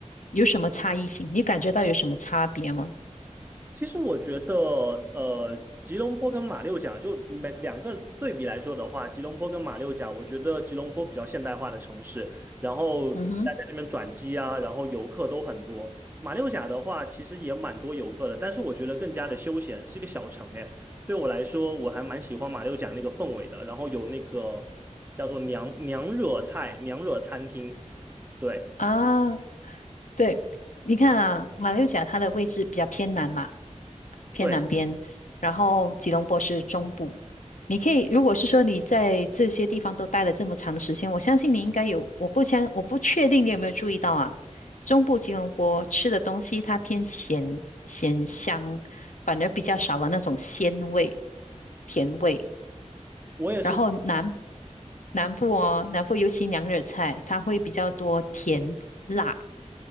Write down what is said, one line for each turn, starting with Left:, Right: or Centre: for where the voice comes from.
Left: 有什么差异性？你感觉到有什么差别吗？
Right: 其实我觉得，呃，吉隆坡跟马六甲就每两个对比来说的话，吉隆坡跟马六甲，我觉得吉隆坡比较现代化的城市，然后大家在这边转机啊，
Left: 嗯哼，
Right: 然后游客都很多。马六甲的话，其实也蛮多游客的，但是我觉得更加的休闲，是一个小城哎。对我来说，我还蛮喜欢马六甲那个氛围的，然后有那个叫做娘娘惹菜娘惹餐厅，对
Left: 啊。对，你看啊，马六甲它的位置比较偏南嘛，偏南边，
Right: 对，
Left: 然后吉隆坡是中部。你可以，如果是说你在这些地方都待了这么长的时间，我相信你应该有，我不相，我不确定你有没有注意到啊，中部吉隆坡吃的东西它偏咸咸香，反而比较少了那种鲜味、甜味。
Right: 我也是。
Left: 然后南南部哦，南部尤其娘惹菜，它会比较多甜辣。